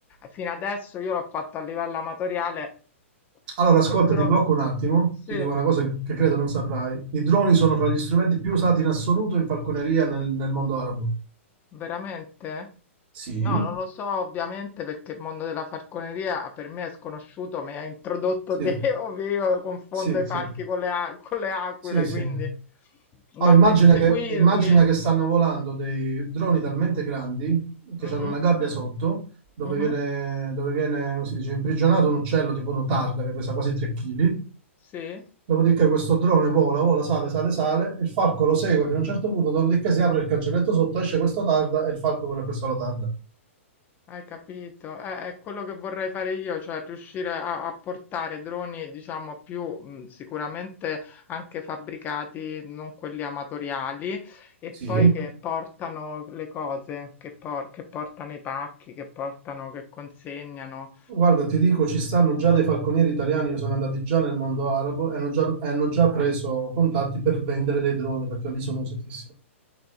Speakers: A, on the left; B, on the right.
A: fino adesso io l'ho fatto a livello amatoriale
B: Allora,
A: col
B: ascolta,
A: drone.
B: ti blocco un attimo,
A: Sì.
B: ti dico una cosa che, che credo non saprai. I droni sono fra gli strumenti più usati in assoluto in falconeria nel, nel mondo arabo.
A: Veramente?
B: Sì.
A: No, non lo so ovviamente perché il mondo della falconeria per me è sconosciuto, mi hai introdotto
B: Sì,
A: te, <laughs> ovvero io confondo
B: sì,
A: i falchi
B: sì,
A: con le, a- con le aquile,
B: sì, sì.
A: quindi...
B: Oh,
A: Ma
B: immagina
A: perseguirli?
B: che, immagina che stanno volando dei droni talmente grandi che
A: Mhm,
B: hanno una gabbia sotto dove
A: mhm,
B: viene, dove viene, come si dice, imprigionato un uccello tipo un'otarda che pesa quasi 3 kg
A: Sì.
B: Dopodiché questo drone vola, vola, sale, sale, sale, il falco lo segue fino a un certo punto, dopodiché si apre il cancelletto sotto, esce questo tarda e il falco corre questo lo tarda.
A: Hai capito? È, è quello che vorrei fare io, cioè riuscire a, a portare droni, diciamo, più mh, sicuramente anche fabbricati, non quelli amatoriali, e
B: Sì.
A: poi che portano le cose, che, por- che portano i pacchi, che portano, che consegnano.
B: Guarda, ti dico, ci stanno già dei falconieri italiani che sono andati già nel mondo arabo e hanno già, e hanno già preso contatti per vendere dei droni perché lì sono usatissimi.